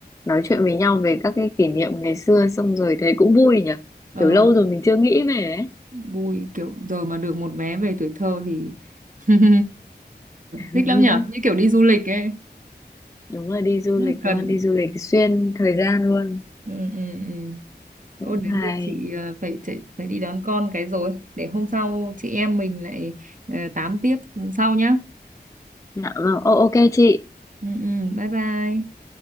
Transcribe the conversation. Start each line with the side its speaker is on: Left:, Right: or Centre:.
Left: nói chuyện với nhau về các cái kỷ niệm ngày xưa xong rồi thấy cũng vui nhỉ
Right: ờ,
Left: kiểu lâu rồi mình chưa nghĩ về ấy
Right: vui kiểu giờ mà được một vé về tuổi thơ thì <laughs>
Left: <laughs>
Right: thích lắm nhở như kiểu đi du lịch ấy
Left: đúng là đi du
Right: rất
Left: lịch
Right: là cần
Left: luôn đi du lịch xuyên thời gian luôn
Right: ừ ừ ừ
Left: cũng
Right: Ô, đến
Left: hay
Right: giờ chị ờ, phải chạy phải đi đón con cái rồi để hôm sau chị em mình lại ờ, tám tiếp sau nhá
Left: Dạ vâng, ô- ok chị.
Right: ừ ừ bye bye